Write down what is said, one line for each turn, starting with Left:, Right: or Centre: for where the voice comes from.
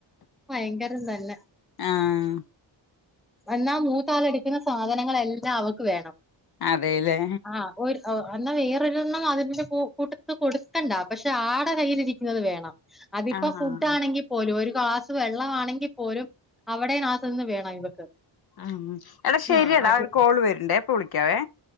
Centre: ഭയങ്കരം തന്നെ
Left: ആഹ്
Centre: എന്നാ മൂത്താളെട്ക്ക്ന്ന സാധനങ്ങളെല്ലാ അവക്ക് വേണം
Left: അതേല്ലെ
Centre: ആഹ് ഒര് എന്നാ വേറൊരണ്ണം അതിന്റെ കൂ കൂട്ടത്തി കൊടുക്കണ്ട പഷെ ആടെ കയ്യിലിരിക്ക്ന്നത് വേണം. അതിപ്പൊ
Left: ആഹ്
Centre: ഫുഡ്ഡാണെങ്കി പോലു ഒര് ഗ്ലാസ്‌ വെള്ളവാണെങ്കി പോലും അവ്ടെ നാസ്സന്നെ‌ വേണം ഇവക്ക്
Left: ഉം എട ശരിയട
Centre: ആ അടി
Left: ഒരു കോള് വര്ണ്ടെ ഇപ്പൊ വിളിക്കാവെ